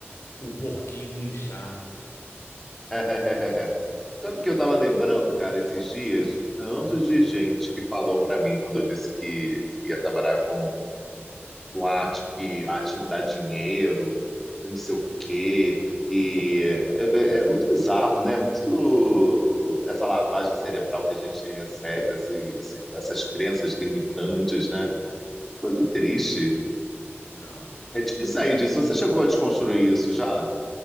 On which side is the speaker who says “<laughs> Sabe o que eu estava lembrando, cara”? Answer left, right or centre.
Centre